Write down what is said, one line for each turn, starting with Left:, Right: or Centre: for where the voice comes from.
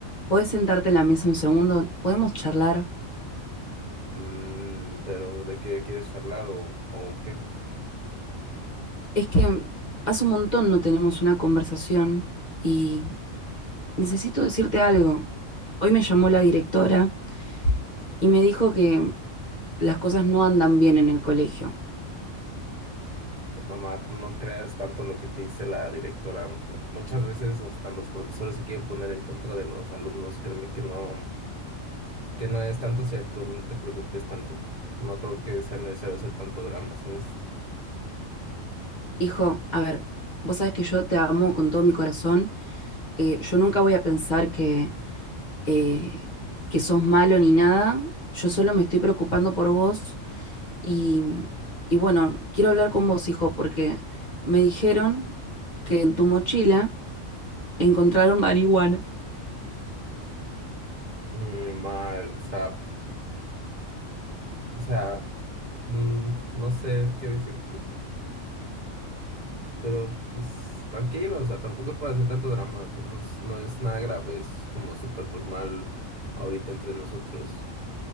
Left: ¿podés sentarte en la mesa un segundo? ¿Podemos charlar?
Right: Mm, pero ¿de qué quieres charlar o, o qué?
Left: Es que hace un montón no tenemos una conversación y necesito decirte algo. Hoy me llamó la directora y me dijo que las cosas no andan bien en el colegio.
Right: Mamá, no creas tanto lo que te dice la directora. O sea, muchas veces hasta los profesores se quieren poner en contra de los alumnos. Créeme que no, que no es tanto cierto, no te preocupes tanto. No creo que sea necesario hacer tanto drama, ¿sabes?
Left: Hijo, a ver, vos sabés que yo te amo con todo mi corazón. Eh, yo nunca voy a pensar que eh, que sos malo ni nada, yo solo me estoy preocupando por vos y, y bueno, quiero hablar con vos, hijo, porque me dijeron que en tu mochila encontraron marihuana.
Right: Mm, ma, o sea... O sea, mm, no sé qué decirte, pero pues tranquilo, o sea, tampoco es para hacer tanto drama, o sea, no, es- no es nada grave, es como súper normal ahorita entre nosotros,